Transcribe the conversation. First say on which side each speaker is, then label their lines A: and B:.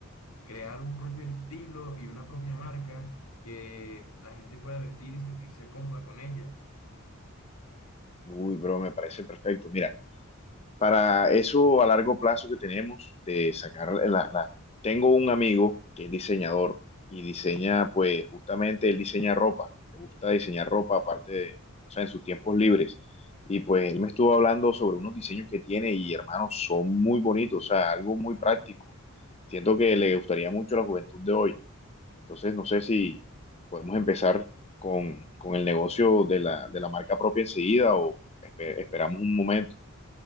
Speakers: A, on the left; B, on the left.
A: crear un propio estilo y una propia marca que la gente pueda vestir y sentirse cómoda con ella.
B: Uy, bro, me parece perfecto. Mira. para eso a largo plazo que tenemos de sacar la, la- Tengo un amigo que es diseñador y diseña, pues justamente él diseña ropa, le gusta diseñar ropa aparte de, o sea, en sus tiempos libres. Y pues él me estuvo hablando sobre unos diseños que tiene y hermanos, son muy bonitos, o sea, algo muy práctico. Siento que le gustaría mucho a la juventud de hoy. Entonces, no sé si podemos empezar con, con el negocio de la, de la marca propia enseguida o espe- esperamos un momento.